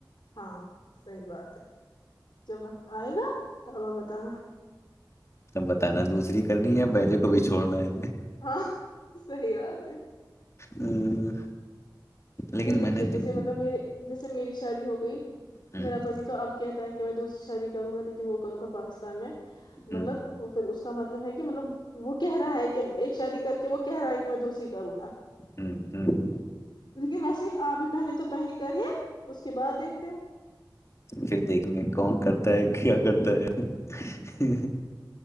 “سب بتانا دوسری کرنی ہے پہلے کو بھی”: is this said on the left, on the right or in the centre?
Left